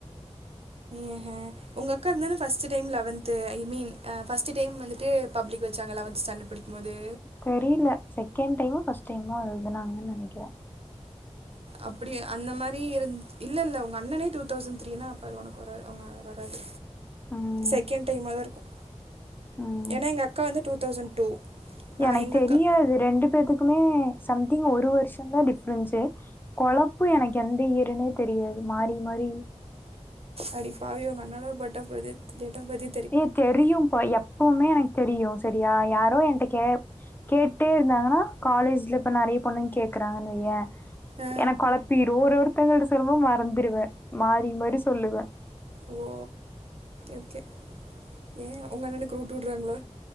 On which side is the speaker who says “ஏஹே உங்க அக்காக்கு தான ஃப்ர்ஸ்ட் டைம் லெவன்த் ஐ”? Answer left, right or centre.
Right